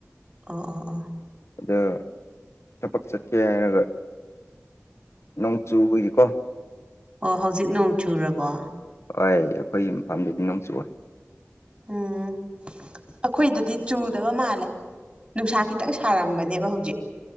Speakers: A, on the right; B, on the left.
A: ꯑꯣ ꯑꯣ ꯑꯣ꯫
B: ꯑꯗꯨ ꯊꯕꯛ ꯆꯠꯀꯦ ꯍꯥꯏꯔꯒ ꯅꯣꯡ ꯆꯨꯕꯒꯤꯀꯣ꯫
A: ꯑꯣ ꯍꯧꯖꯤꯛ ꯅꯣꯡ ꯆꯨꯔꯕꯣ
B: ꯍꯣꯏ ꯑꯩꯈꯣꯏꯒꯤ ꯃꯐꯝꯗꯨꯗꯤ ꯅꫭꯡ ꯆꯨꯏꯑꯦ
A: ꯎꯝ ꯑꯩꯈꯣꯏꯗꯗꯤ ꯆꯨꯗꯕ ꯃꯥꯜꯂꯦ ꯅꯨꯡꯁꯥ ꯈꯤꯇꯪ ꯁꯥꯔꯝꯕꯅꯦꯕ ꯍꯧꯖꯤꯛ